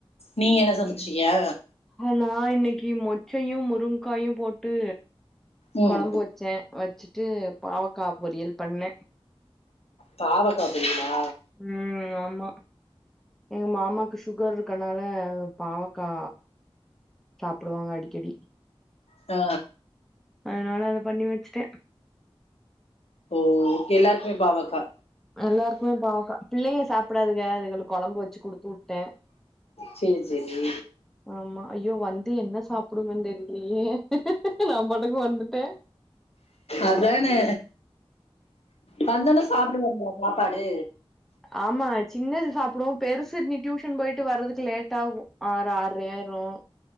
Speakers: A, on the left (about 80°); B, in the centre.
A: நீ என்ன சமைச்சியா
B: ஆ நா இன்னைக்கி மொச்சையும் முருங்காயும் போட் டு
A: ம்
B: கொழம்பு வச்சேன் வச்சுட்டு பாவக்கா பொரியல் பண்ண
A: பாவக்கா பொரியலா
B: ம் ஆமா எங்க மாமாக்கு சுகர் இருக்கனால பாவக்கா சாப்படுவாங்க அடிக்கடி
A: ஆ
B: அதனால அத பண்ணி வச்சுட்ட
A: ஓ எல்லாருக்குமே பாவக்கா
B: எல்லாருக்குமே பாவக்கா பிள்ளையங்க சாப்டாதுங்க அதுகலுக் கொழம்பு வச்சு குடுத்து விட்ட
A: சேர் சேரி
B: ஆமா ஐயோ வந்து என்ன சாப்பிடுங்கன் தெரிலியே நா பாட்டுக்கு வந்துட்ட
A: அதானே வந்தொன்னே சாப்டு வந்துரு சாப்பாடு
B: ஆமாங்க சின்னது சாப்புடும் பெருசு நீ டியூஷன் போயிட்டு வர்றதுக்கு லேட் ஆகும் ஆறு ஆற்ரை ஆயிரும்